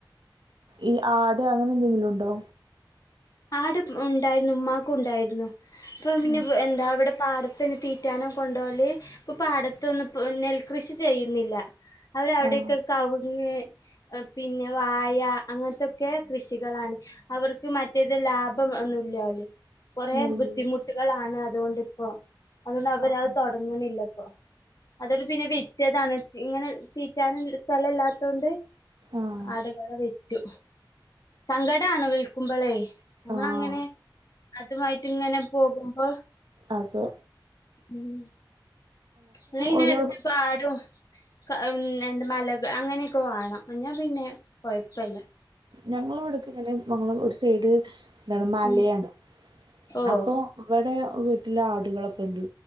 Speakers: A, on the right (about 70°); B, on the left (about 45°).
A: ഈ ആട് അങ്ങനെ എന്തെങ്കിലും ഉണ്ടോ
B: ആട് ഉണ്ടായിരുന്നു ഉമ്മാക്കും ഉണ്ടായിരുന്നു അപ്പ പിന്നെ
A: ഉം
B: എന്താ അവിടെ- പാടത്തിന് തീറ്റാനോ കൊണ്ട് പോകല് ഇപ്പൊ പാടത്തൊന്നും നെൽകൃഷി ചെയ്യുന്നില്ല അവർ അവിടേയൊക്കെ
A: ആഹ്
B: കവുങ്ങ് - പിന്നെ വായ അങ്ങനത്തൊക്കെ കൃഷികളാണ് അവർക്ക് മറ്റേ മറ്റേത് ലാഭം ഒന്നും ഇല്ല പോലും കുറേ
A: നെല്ലില്
B: ബുദ്ധിമുട്ടുകളാണ് അതുകൊണ്ടിപ്പോ- അതുകൊണ്ട് അവര്
A: ആഹ്
B: അത് തുടങ്ങണില്ലന്ന് അതോണ്ട് പിന്നെ വിറ്റതാണ് ഇങ്ങനെ തീറ്റാന് സ്ഥലല്ലാതോണ്ട്
A: ആഹ്
B: ആട്കളെ വിറ്റ് സങ്കട ആണോ വിൽക്കുമ്പളേ നമ്മളങ്ങനെ
A: ആഹ്
B: അതുമായിട്ട് ഇങ്ങനെ പോകും ആ
A: അത്
B: ഉം ല്ല ഇനെ
A: ഒരു
B: എട്ത്ത് പാടും ക ഹം എൻമലക അങ്ങനെക്കെ വാണം ഞാൻ പിന്നെ കൊയ്പ്പല്ല
A: ഞങ്ങളവിടക്കങ്ങനെ <unintelligible> ഒര് സൈഡ് ന്താണ് മലേണ്
B: ഉം ഓ
A: അപ്പൊ വടെ വ് റ്റില ആടുകളൊക്കെണ്ട്